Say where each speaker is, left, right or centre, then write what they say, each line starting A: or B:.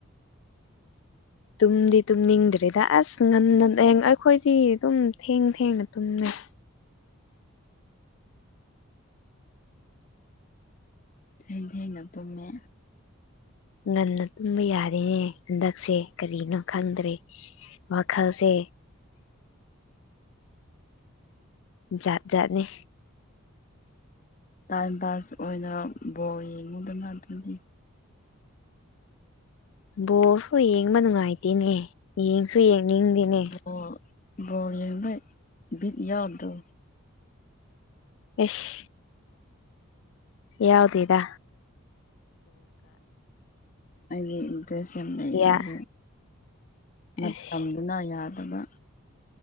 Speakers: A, on the left; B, on the left.
A: ꯇꯨꯝꯗꯤ ꯇꯨꯝꯅꯤꯡꯗ꯭ꯔꯤꯗ ꯑꯁ ꯉꯟꯅ ꯑꯩꯈꯣꯏꯗꯤ ꯑꯗꯨꯝ ꯊꯦꯡ ꯊꯦꯡꯅ ꯇꯨꯝꯅꯩ
B: ꯊꯦꯟ ꯊꯦꯡꯅ ꯇꯨꯝꯃꯦ
A: ꯉꯟꯅ ꯇꯨꯝꯕ ꯌꯥꯔꯦꯅꯦ ꯍꯟꯗꯛꯁꯦ ꯀꯔꯤꯅꯣ ꯈꯪꯗ꯭ꯔꯦ ꯋꯥꯈꯜꯁꯦ ꯖꯥꯠ ꯖꯥꯥꯠꯅꯤ
B: ꯇꯥꯏꯝ ꯄꯥꯁ ꯑꯣꯏꯅ ꯕꯣꯜ ꯌꯦꯡꯉꯨꯗꯅ ꯑꯗꯨꯒꯤ
A: ꯕꯣꯜꯁꯨ ꯌꯦꯡꯕ ꯅꯨꯡꯉꯥꯏꯇꯦꯅꯦ ꯌꯦꯡꯁꯨ ꯌꯦꯡꯅꯤꯡꯗꯦꯅꯦ
B: ꯕꯣꯜ ꯕꯣꯜ ꯌꯦꯡꯕꯩ ꯕꯤꯠ ꯌꯥꯎꯗ꯭ꯔꯣ
A: ꯏꯁ ꯌꯥꯎꯗꯦꯗꯥ
B: ꯑꯩꯗꯤ ꯏꯟꯇꯔꯦꯁ ꯌꯥꯝ ꯂꯩ
A: ꯌꯥ
B: ꯑꯗꯨ ꯃꯇꯝꯗꯨꯅ
A: ꯑꯁ
B: ꯌꯥꯗꯕ